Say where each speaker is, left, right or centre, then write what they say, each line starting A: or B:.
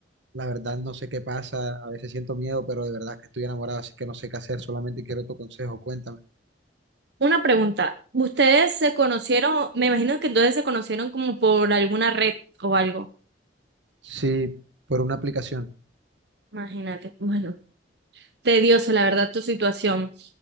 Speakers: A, on the right; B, on the right.
A: la verdad no sé qué pasa. A veces siento miedo, pero de verdad que estoy enamorado, así que no sé qué hacer. Solamente quiero tu consejo, cuéntame.
B: una pregunta. ¿Ustedes se conocieron? Me imagino que entonces se conocieron como por alguna red o algo.
A: Sí, por una aplicación.
B: Imagínate. Bueno, tedioso, la verdad, tu situación.